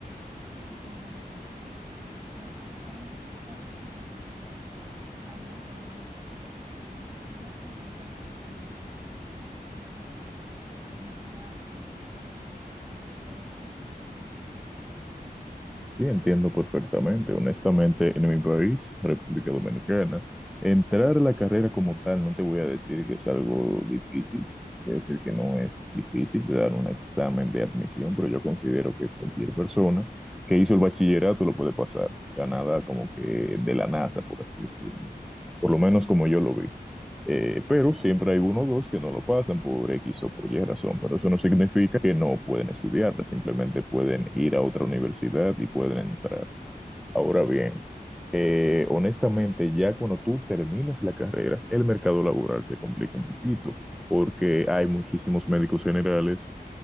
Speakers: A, on the right (about 25°); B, in the centre.
A: estudian cinco o seis años, parece, y hay muchos médicos porque no es como tan difícil entrar, por más que nada que la educación universitaria es gratuita ahí.
B: Sí, entiendo perfectamente. Honestamente, en mi país, República Dominicana, entrar a la carrera como tal, no te voy a decir que es algo difícil, voy a decir que no es difícil de dar un examen de admisión, pero yo considero que cualquier persona que hizo el bachillerato lo puede pasar. O sea, nada como que de la NASA, por así decirlo. Por lo menos como yo lo vi. Eh, pero siempre hay uno o dos que no lo pasan por X o por Y razón, pero eso no significa que no pueden estudiarla, simplemente pueden ir a otra universidad y pueden entrar. Ahora bien, eh, honestamente, ya cuando tú terminas la carrera, el mercado laboral se complica un poquito, porque hay muchísimos médicos generales